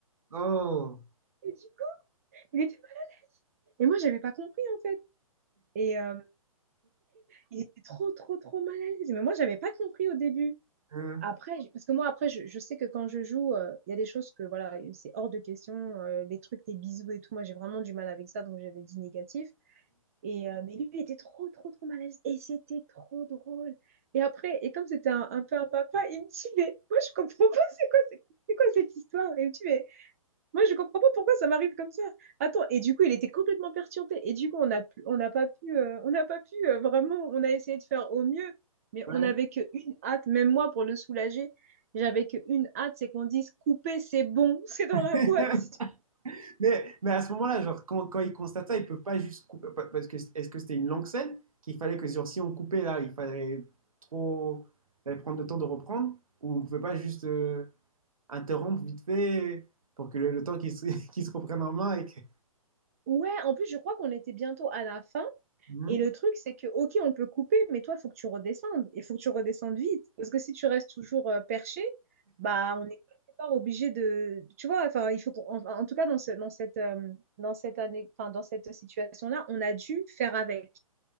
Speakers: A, on the right (about 70°); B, on the right (about 25°).
A: Oh.
B: et du coup, il était... Et moi, j'avais pas compris, en fait. Et euh, il était trop, trop, trop mal à l'aise. Mais moi, j'avais pas compris au début.
A: Hein.
B: Après, j- parce que moi, après, je, je sais que quand je joue, euh, il y a des choses que, voilà, c'est hors de question. euh, les trucs, les bisous et tout, moi, j'ai vraiment du mal avec ça, donc j'avais dit négatif. Et, euh, mais lui, il était trop, trop, trop mal à l'aise. Et c'était trop drôle. Et après, et comme c'était un, un peu un papa, il me dit, mais moi, je comprends pas, c'est quoi, c'est c'est quoi cette histoire? Et il me dit, mais moi, je comprends pas pourquoi ça m'arrive comme ça. Attends, et du coup, il était complètement perturbé. Et du coup, on a, pu- on n'a pas pu, euh, on n'a pas pu euh, vraiment, on a essayé de faire au mieux, mais
A: Ouais.
B: on n'avait qu'une hâte, même moi, pour le soulager, j'avais qu'une hâte, c'est qu'on dise, couper, c'est bon, <laughs> c'est dans la
A: <laughs>
B: boîte.
A: Mais, mais à ce moment-là, genre, quand, quand ils constatent ça, ils peuvent pas juste couper. pa- Parce que est-ce que c'était une longue scène qu'il fallait que genre, si on coupait là, il fallait trop. Il fallait prendre le temps de reprendre? Ou on pouvait pas juste. euh, interrompre vite fait pour que le, le temps qu'ils se, <laughs> qu'ils se reprennent en main et que...
B: Ouais, en plus, je crois qu'on était bientôt à la fin.
A: Mhm.
B: Et le truc, c'est que, ok, on peut couper, mais toi, il faut que tu redescendes. Et il faut que tu redescendes vite. Parce que si tu restes toujours euh, perché, bah, on est quelque part obligé de. Tu vois, enfin, il faut qu'on- en, en tout cas, dans, ce- dans cette, euh, dans cette année, enfin, dans cette situation-là, on a dû faire avec.